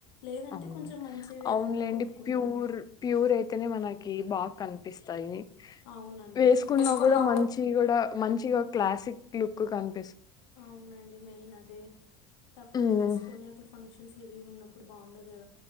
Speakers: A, on the left; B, on the left.
A: లేదంటే
B: అవును
A: కొంచెం మంచివి
B: అవునులేండి
A: ఏదన్నా కొనుక్కుంటాము
B: ప్యూర్ ప్యూర్ అయితేనే మనకి బాగా కనిపిస్తాయి
A: అవునండి
B: వేసుకున్నా
A: ప్యూర్ అయితే
B: కూడా మంచి కూడా మంచిగా క్లాసిక్ లుక్ కంట్
A: అవునండి మెయిన్ అదే తక్కువ
B: ఉమ్
A: తీసుకొని అసలు ఫంక్షన్స్ వి ఉన్నప్పుడు బాగుండెది